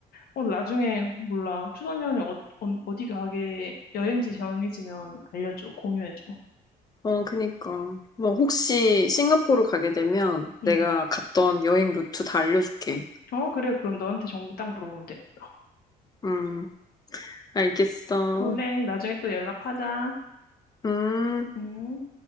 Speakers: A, on the left; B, on the left.
A: 어 나중에 몰라 추석 연휴 어, 어- 어디 가게 여행지 정해지면 알려줘 공유해줘.
B: 어, 그니까. 뭐, 혹시 싱가포르 가게 되면
A: 응.
B: 내가 갔던 여행 루트 다 알려줄게.
A: 어 그래 그럼 너한테 정보 딱 물어보면 되겠다.
B: 음, 알겠어.
A: 그래 나중에 또 연락하자.
B: 음.
A: 응.